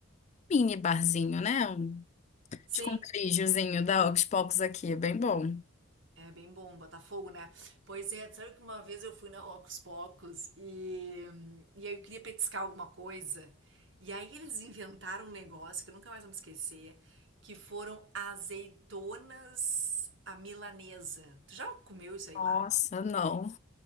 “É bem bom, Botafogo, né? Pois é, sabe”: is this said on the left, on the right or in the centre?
Right